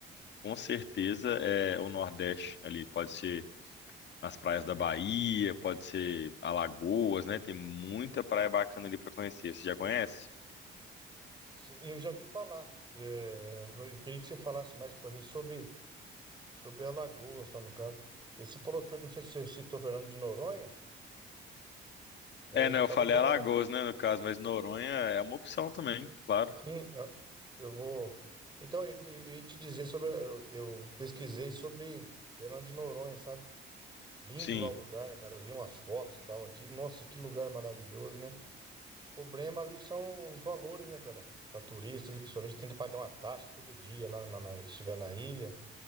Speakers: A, on the left; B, on the right.
A: Com certeza é o Nordeste ali, pode ser nas praias da Bahia, pode ser Alagoas, né? Tem muita praia bacana ali para conhecer. Você já conhece?
B: Sim, eu já vi falar. É, eu queria que você falasse mais para mim sobre sobre Alagoas, tá, no caso. E Você falou, Fer- não sei se você citou Fernando de Noronha. É,
A: É, né?
B: eu
A: Eu
B: tava
A: falei
B: dando
A: Alagoas,
B: uma olhadinha.
A: né, no caso, mas Noronha é uma opção também, claro.
B: Sim, eu, eu vou. Então, eu, eu ia te dizer sobre. Eu, eu pesquisei sobre Fernando de Noronha, sabe? Lindo
A: Sim,
B: lá o lugar, né, cara? Eu vi umas fotos e tal aqui. Nossa, que lugar maravilhoso, né? O problema ali são os valores, né, cara? Para turista, ali, principalmente, tem que pagar uma taxa todo dia lá na, na- se estiver na ilha.